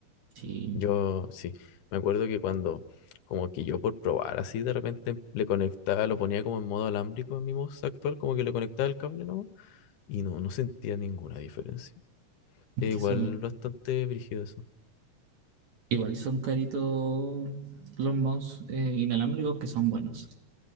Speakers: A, on the right (about 60°); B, on the left (about 75°).
A: Sí,
B: Yo sí, me acuerdo que cuando como que yo por probar así de repente le conectaba, lo ponía como en modo alámbrico a mi voz actual, como que le conectaba el cable, ¿no? Y no, no sentía ninguna diferencia.
A: es
B: Es
A: que
B: igual
A: eso,
B: bastante brígido
A: igual son caritos los mouse eh, inalámbricos que son buenos.